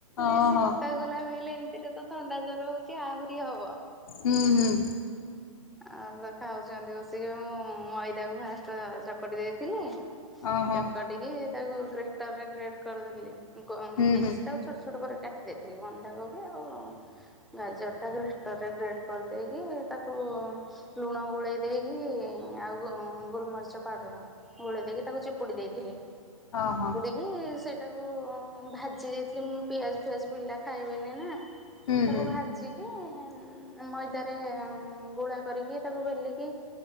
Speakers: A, on the left (about 65°); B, in the centre.
A: ଓହୋ
B: ବେଶୀ କୋକା କୋଲା ପିଇଲେ ଏମତିରେ ତ ଥଣ୍ଡା ଜର ହୋଉଚି ଆହୁରି ହବ।
A: ହୁଁ ହୁଁ।
B: ଆଉ ତ ଖାଉଛନ୍ତି ବସିକି ମୁଁ ମଇଦାକୁ ଫାଷ୍ଟ ଚକଟି ଦେଇଥିଲି।
A: ଓହୋ।
B: ଚକଟିକି ତାକୁ ଗ୍ରେଟରରେ ଗ୍ରେଟ କରିଦେଲି ମୁ କ
A: ହୁଁ
B: ବିନ୍ସଟାକୁ
A: ହୁଁ
B: ଛୋଟ୍ ଛୋଟ୍ କରି କାଟି ଦେଇଥିଲି ବନ୍ଧାକୋବି ଆଉ ଗାଜରଟା ଗ୍ରେଟରରେ ଗ୍ରେଟ୍ କରିଦେଇକି ତାକୁ ଲୁଣ ଗୋଳେଇ ଦେଇକି ଆଉ ଗୋ ଗୋଲମରିଚ ପାଉଡ଼ର ଗୋଳେଇ ଦେଇକି ତାକୁ ଚିପୁଡ଼ି ଦେଇଥିଲି।
A: ହଁ ହଁ।
B: ଇ ସେଟାକୁ ଭାଜି ଦେଇଥିଲି ମୁଁ ପିଆଜ ଫିଆଜ ବିଲା ଖାଇବେନି ନା।
A: ହୁଁ
B: ତାକୁ
A: ହୁଁ
B: ଭାଜି କି ମଇଦାରେ ଗୁଳା କରିକି ତାକୁ ବେଲିକି